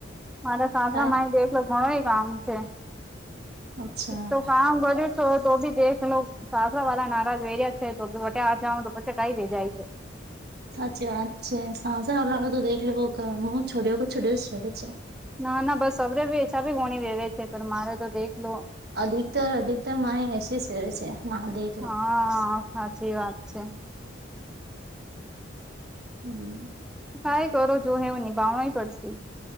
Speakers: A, in the centre; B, on the right.
A: મારા સાસરા
B: કાય
A: માય દે ઈ તો ઘણુંય કામ છે.
B: અચ્છા
A: ઈ તો કામ કર્યું છો તોય બી દેશ લોગ સાસરા વાલા નારાજ હોઈ રયા છે તો બી અઠ્ઠે આ જાઉં તો પછી કાંઈ લઈ જાય છે.
B: સાચી વાત છે. સાસરાવાલા ના તો દેખલો કા મોં છોડ્યો તો છોડ્યો જ રહે છે.
A: ના ના બસ અવરે બી એછા ભી ગોણી રેવે છે પણ મારે તો દેખલો
B: અધિકતર અધિકતરમાં એ એસી સેવે છે મા દેખલો
A: હા સાચી વાત છે.
B: હમ
A: કાઈ કરો જોહે વો નિભાવાઈ પડશે.